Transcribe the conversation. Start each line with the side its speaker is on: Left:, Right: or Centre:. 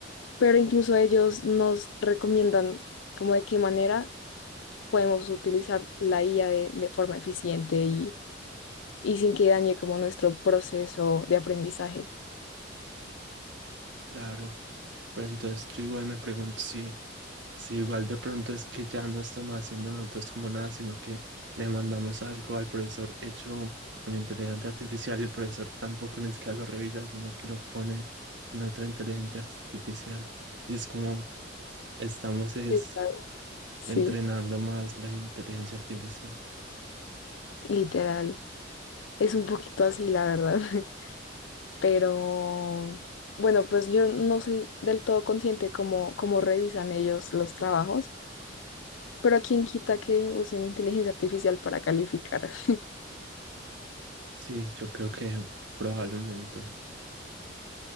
Left: pero incluso ellos nos recomiendan como de qué manera podemos utilizar la IA de, de forma eficiente y, y sin que dañe como nuestro proceso de aprendizaje.
Right: Claro, pero entonces yo igual me pregunto si Sí, igual de pronto es que ya no estamos haciendo nosotros como nada, sino que le mandamos algo al profesor hecho con inteligencia artificial y el profesor tampoco ni siquiera lo revisa, sino que lo pone en otra inteligencia artificial. Y es como estamos es
Left: Está- Sí,
Right: entrenando más la inteligencia artificial.
Left: literal. Es un poquito así, la verdad. <laughs> Pero bueno, pues yo no soy del todo consciente cómo, cómo revisan ellos los trabajos, pero quién quita que usen inteligencia artificial para calificar. <laughs>
Right: Sí, yo creo que probablemente,